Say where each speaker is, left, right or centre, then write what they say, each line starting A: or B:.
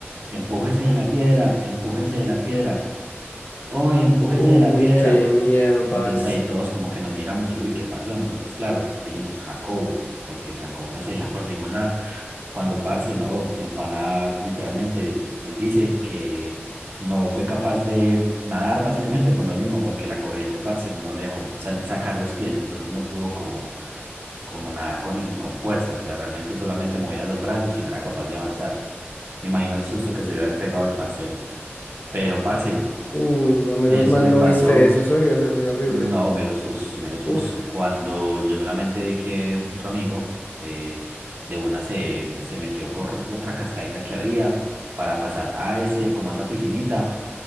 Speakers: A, on the right; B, on the left.
A: empújese de la piedra, empújese de la piedra, oye, empújese
B: Uy,
A: de la piedra.
B: qué miedo,
A: Y
B: parce.
A: Entonces ahí todos como que nos miramos y, uy, ¿qué pasó? Entonces, claro, dijimos, Jacobo, porque Jacobo no se veía por ningún lado. Cuando parce, no, el pana literalmente, él dice que no fue capaz de nadar básicamente por lo mismo, porque la corriente, parce, no le dejó sal- sacar los pies, entonces no pudo como, como nadar con, im- con fuerza, o sea, realmente solamente movía los brazos y no era capaz de avanzar. Me imagino el susto que se debió haber pegado el parcero, pero parce,
B: Uy, no, menos
A: eso
B: mal
A: le
B: no
A: pasó.
B: viste eso, eso debió ser muy horrible.
A: No, mero susto, mero susto.
B: Uf,
A: Cuando yo solamente vi que otro amigo eh, de una se, se metió por otra cascadita que había para pasar a ese, como a esa piscinita.